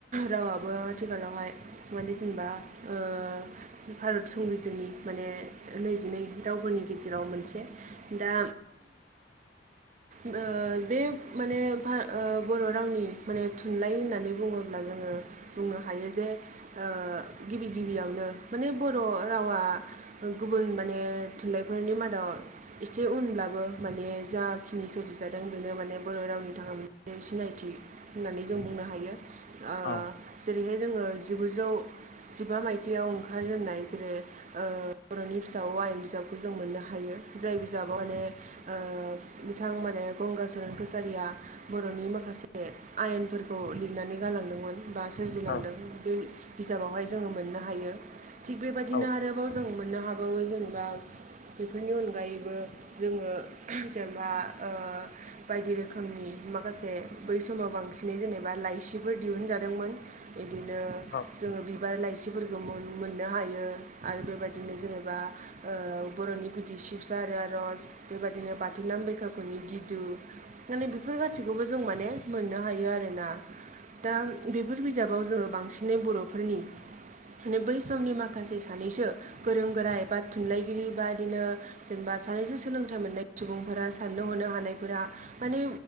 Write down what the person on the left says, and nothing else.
औ
औ
औ
औ